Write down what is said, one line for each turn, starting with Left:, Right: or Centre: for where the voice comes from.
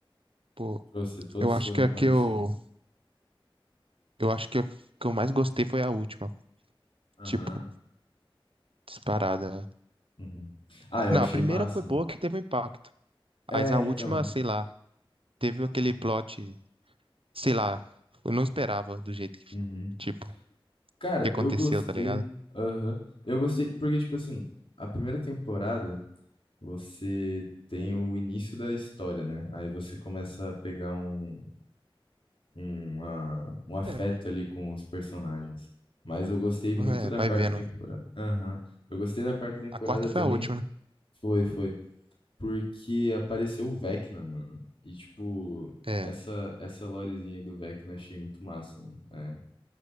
Right: Pô,
Left: Pra você, todos
Right: eu acho
Left: foram
Right: que a
Left: parecidos.
Right: que eu, eu acho que a que eu mais gostei foi a última.
Left: Aham.
Right: Tipo, Disparada.
Left: Uhum. Ah,
Right: Ah,
Left: eu
Right: Não,
Left: achei
Right: a primeira
Left: massa,
Right: foi boa
Left: mano.
Right: que teve um impacto.
Left: É,
Right: Mas a última,
Left: então.
Right: sei lá, teve aquele plot, sei lá, eu não esperava do jeito que,
Left: Uhum.
Right: tipo,
Left: Cara,
Right: que aconteceu,
Left: eu gostei.
Right: tá ligado?
Left: Aham. Eu gostei, porque, tipo assim, a primeira temporada você tem o início da história, né? Aí você começa a pegar um, um, ah, um afeto
Right: É,
Left: ali com os personagens. Mas eu gostei muito
Right: é,
Left: da
Right: vai
Left: quarta
Right: vendo.
Left: temporada. Aham. Eu gostei da quarta temporada
Right: A quarta
Left: também.
Right: foi a última, né?
Left: Foi, foi. Porque apareceu o Vecna, mano. E, tipo,
Right: É,
Left: essa, essa lorezinha aí do Vecna eu achei muito massa, mano. É,